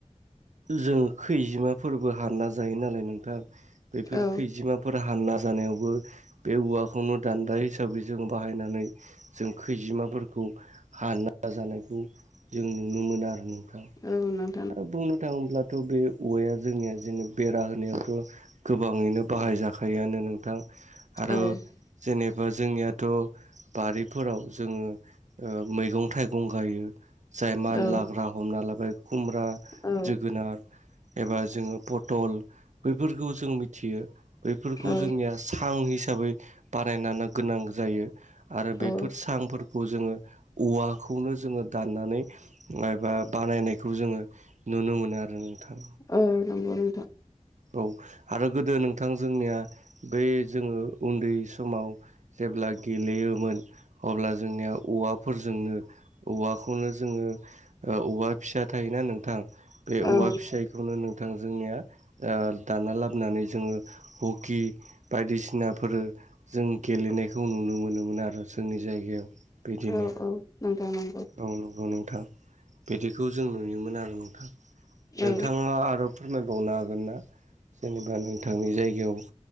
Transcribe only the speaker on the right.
जों खैजिमाफोरबो हानना जायो नालाय नोंथां। बेफोर
खैजिमा फोर हानना जानायावबो बे औवाखौनो दान्दा हिसाबै जों बाहायनानै जों खैजिमाफोरखौ हाना जानायखौ जों नुनो मोनो आरो नोंथां।
आरो बुंनो थाङोब्ला थ' बे औवाया जोंनिया जेन बेरा होनायावथ' गोबाङैनो बाहायजाखायोआनो नोंथां। आर'
जेनेबा जोंनियाथ' बारिफोराव जोङो ओ मैगं थाइगं गायो। जाय मान
लाग्रा हमना लाबाय खुमब्रा,
जोगोनार एबा जोङो पटल बैफोरखौ जों मिथियो। बैफोरखौ
जोंनिया सां हिसाबै बानाय गोनां जायो। आरो
बेफोर सांफोर खौ जोङो औवाखौनो जोङो दाननानै एबा बानायनाय बेखौ जोङो नुनो मोनो आरो नोंथां।
औ आरो गोदो नोंथां जोंनिया बै जोङो उन्दै समाव जेब्ला गेलेयोमोन अब्ला जोंनिया औवाफोरजोंनो औवाखौनो जोङो औवा फिसा थायोना नोंथां। बे
औवा फिसायखौनो नोंथां जोंनिया ओ दान्ना लाबोनानै जोङो हकि बायदिसिनाफोर जों गेलेनायखौ नुनो मोनोमोन आरो जोंनि जायगायाव। बिदिनो
औ नंगौ नोंथां बिदिखौ जों नुयोमोन आरो नोंथां।
नोंथाङा आरो फोरमायबावनो आग गोन ना जेनेबा नोंथांनि जायगायाव